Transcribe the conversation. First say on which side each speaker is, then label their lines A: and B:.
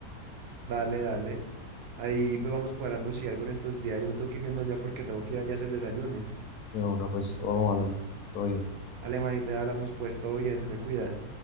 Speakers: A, on the right; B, on the left.
A: Dale, dale. Ahí pues vamos cuadrando si algo en estos días. Yo me tengo que ir yendo ya porque tengo que ir allá a hacer el desayuno.
B: De una, pues vamos hablando. Todo bien.
A: Alemanita, ya hablamos, pues todo bien, se me cuida.